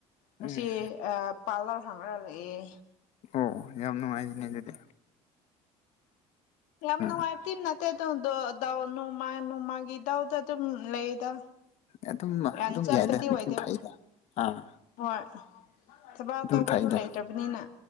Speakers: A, on the left (about 75°); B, on the left (about 55°).
A: ꯃꯁꯤ
B: ꯎꯝ
A: ꯑꯥ ꯄꯥꯔꯂꯔ ꯍꯪ꯭ꯔ ꯂꯩꯌꯦ꯫
B: ꯑꯣ ꯌꯥꯝ ꯅꯨꯡꯉꯥꯏꯖꯅꯦ ꯑꯗꯨꯗꯤ
A: ꯌꯥꯝꯅ
B: ꯎꯝ
A: ꯍꯥꯏꯇ ꯅꯠꯇ ꯇꯨ ꯗꯥ ꯅꯣꯡꯃ ꯅꯣꯡꯃꯥꯡꯒꯤ ꯏꯗꯥꯎꯗ ꯑꯗꯨꯝ ꯂꯩꯌꯦꯗ꯫
B: ꯑꯗꯨꯝ ꯑꯗꯨꯝ
A: ꯌꯥꯝ ꯆꯠꯄꯗꯤ
B: ꯌꯥꯏꯗ
A: ꯑꯣꯏꯗꯦꯕ
B: ꯑꯗꯨꯝ ꯐꯩꯗ ꯑꯥ
A: ꯍꯣꯏ ꯊꯕꯛ
B: ꯑꯗꯨꯝ
A: ꯇꯧꯕꯁꯨ
B: ꯐꯩꯗ
A: ꯂꯩꯇꯕꯅꯤꯅ